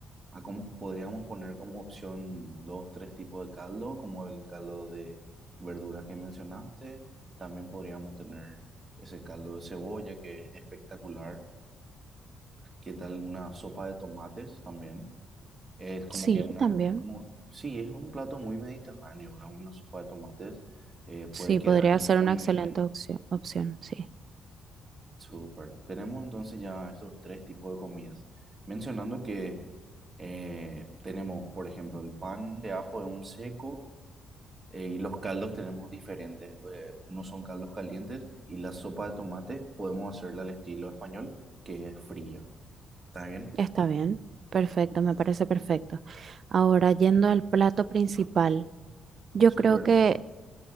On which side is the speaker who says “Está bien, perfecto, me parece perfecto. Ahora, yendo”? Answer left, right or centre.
Right